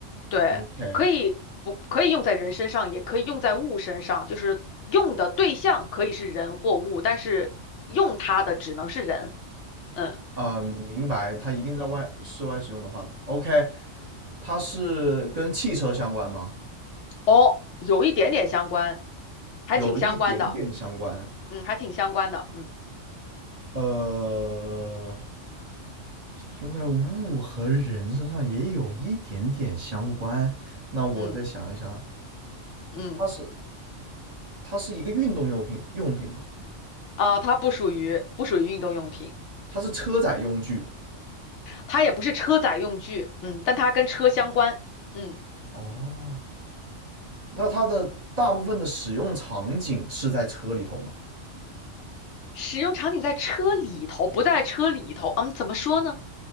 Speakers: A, on the left (about 70°); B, on the right (about 35°).
A: 对，
B: OK，
A: 可以不可以用在人身上，也可以用在物身上，就是用的对象可以是人或物，但是用它的只能是人，嗯，
B: 啊、明白，它一定在外室外使用的话，OK，它是跟汽车相关吗？
A: 哦，有一点点相关，还挺相关的，
B: 有一点点相关。
A: 嗯，还挺相关的，嗯
B: 呃，用在物和人身上也有一点点相关。那我再想一想，
A: 嗯嗯，
B: 它是它是一个运动用品用品吗？
A: 啊、它不属于不属于运动用品。
B: 它是车载用具。
A: 它也不是车载用具，嗯，但它跟车相关，嗯，
B: 哦，那它的大部分的使用场景是在车里头吗？
A: 使用场景在车里头，不在车里头，嗯，怎么说呢？